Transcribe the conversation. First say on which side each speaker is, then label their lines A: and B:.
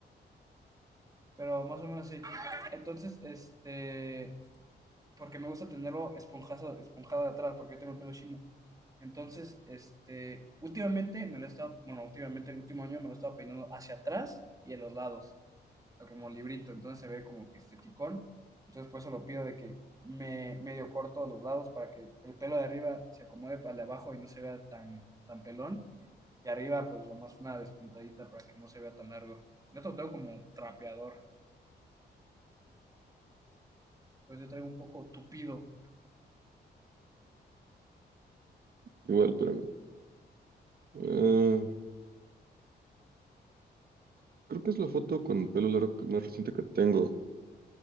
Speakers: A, on the right (about 20°); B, on the right (about 55°).
A: pero más o menos así. Entonces, este... Porque me gusta tenerlo esponjado, esponjado de atrás, porque yo tengo el pelo chino. Entonces, este, últimamente me lo he estado, bueno, últimamente el último año me lo he estado peinando hacia atrás y en los lados, o sea, como librito, entonces se ve como que este Entonces, por eso lo pido de que me medio corto los lados para que el pelo de arriba se acomode al de abajo y no se vea tan, tan pelón. Y arriba, pues nomás una despuntadita para que no se vea tan largo. Yo te lo traigo como trapeador, pues yo traigo un poco tupido.
B: Igual, espérame. Ah, creo que es la foto con pelo largo que- más reciente que tengo.